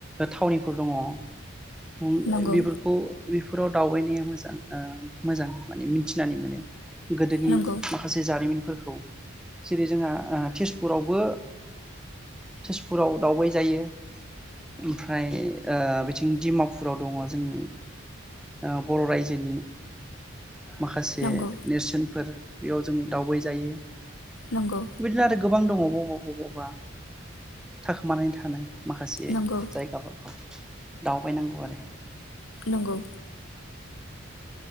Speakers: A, in the centre; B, on the left.
A: थावनिफोर दङ ओम
B: नंगौ
A: बेफोरखौ बेफोराव दाव बायरिया मोजां ओ मोजां माने मिथिनानै मोनो। गोदोनि
B: नंगौ
A: माखासे जारिमिनफोर खौ जेरै जोंहा ओ तेजपुरावबो तेजपुराव दावबाय जायो ओमफ्राय ओ बिथिं दिडिमापुराव दङ जोंनि ओ बर' रायजोनि माखासे
B: नंगौ
A: नेरसोनफोर बेयाव जों दावबाय जायो।
B: नंगौ
A: बिदिनो आरो गोबां दङ। बबा बबावबा थाखोमानानै थानाय माखासे
B: नंगौ
A: जायगाफोरखौ दावबायनांगौ आरो ‌।
B: नंगौ